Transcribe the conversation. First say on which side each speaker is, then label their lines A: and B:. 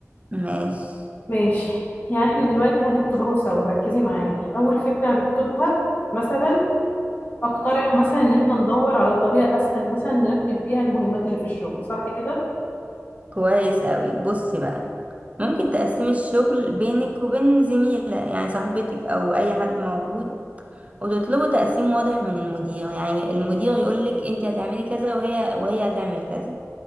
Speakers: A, on the right; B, on the left.
A: ماشي
B: ماشي يعني احنا دلوقتي هنكتب اهو سوا ركزي معايا اول فكره هنكتبها مثلا اقترح مثلا ان احنا ندور على طريقة اسهل مثلا نرتب بيها المهمات اللي في الشغل صح كده
A: كويس قوي بصي بقى ممكن تقسمي الشغل بينك وبين زميلة يعني صاحبتك او اي حد موجود وتطلبوا تقسيم واضح من المدير يعني المدير يقولك انت هتعملي كذا وهي وهي هتعمل كذا